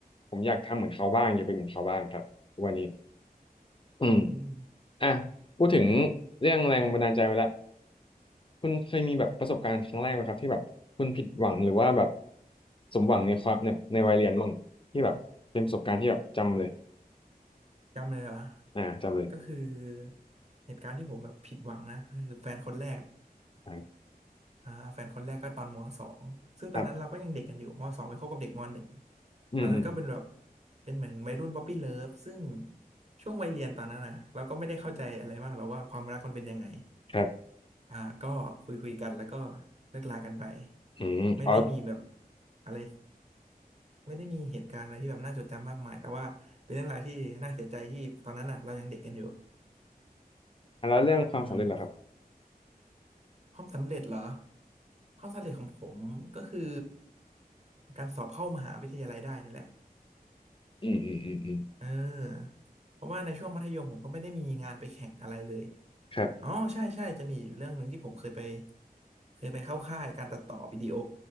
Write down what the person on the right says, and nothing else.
อืม
จำเลยเหรอ
ก็คือเหตุการณ์ที่ผมแบบผิดหวังนะก็คือแฟนคนแรก
อ่าแฟนคนแรกก็ตอนมสองซึ่งตอนนั้นเราก็ยังเด็กกันอยู่มสองไปคบกับเด็กมหนึ่ง
ตอนนั้นก็เป็นแบบ เป็นเหมือนวัยรุ่นป๊อปปี้เลิฟซึ่งช่วงวัยเรียนตอนนั้นนะเราก็ไม่ได้เข้าใจอะไรมากหรอกว่าความรักมันเป็นยังไง
อ่าก็คุยคุยกันแล้วก็เลิกลากันไป
ไม่ได้มีแบบอะไรไม่ได้มีเหตุการณ์อะไรที่แบบน่าจดจำมากมาย แต่ว่าเป็นเรื่องราวที่น่าเสียใจที่ตอนนั้นอ่ะเรายังเด็กกันอยู่
อืม ความสำเร็จเหรอความสำเร็จของผมก็คือการสอบเข้ามหาวิทยาลัยได้นี่แหละ
เออเพราะว่าในช่วงมัธยมผมก็ไม่ได้มีงานไปแข่งอะไรเลย
อ๋อใช่ใช่จะมีอยู่เรื่องหนึ่งที่ผมเคยไปเคยไปเข้าค่ายการตัดต่อวิดีโอ